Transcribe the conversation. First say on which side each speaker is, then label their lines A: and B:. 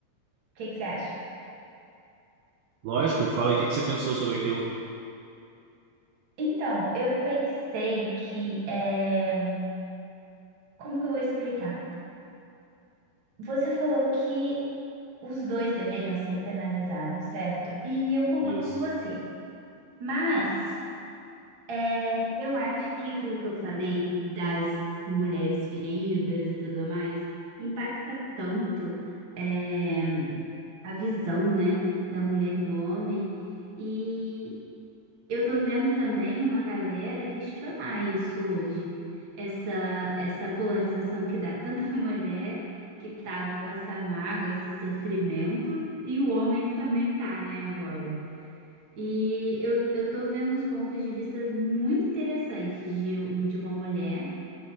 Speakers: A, on the right (about 35°); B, on the right (about 70°).
A: que que você acha?
B: Lógico, fala aí o que que você pensou sobre aquilo.
A: Então, eu pensei que, eh, como que eu vou explicar? Você falou que os dois deveriam ser penalizados, certo? E eu concordo
B: Isso.
A: com você. Mas É, eu acho que aquilo que eu falei das mulheres feridas e tudo mais impacta tanto é, a visão, né, da mulher do homem. E eu tô vendo também uma galera questionar isso hoje, essa, essa polarização que dá tanta mulher que tava com essa mágoa, esse sofrimento, e o homem que também tá, né, agora. E eu, eu tô vendo uns pontos de vista muito interessantes de, de uma mulher